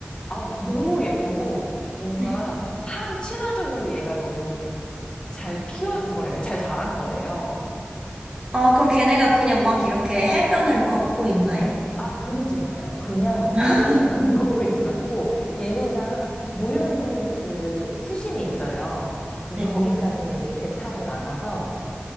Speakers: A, on the left; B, on the right.
A: 아, 너무 예쁘고 뭔가
B: 네.
A: 사람 친화적으로 얘가 너무 잘 키워 뭐라 해잘 자란 거예요.
B: 아, 그럼 걔네가 그냥 막 이렇게 해변을 걷고 있나요?
A: 아, 그러진 않아요. 그냥
B: <laughs>
A: 해변을 <laughs> 걷고 있진 않고, 얘네가 모여있는 그 수심이 있어요. 그럼
B: 네.
A: 거기까지는 이제 배 타고 나가서,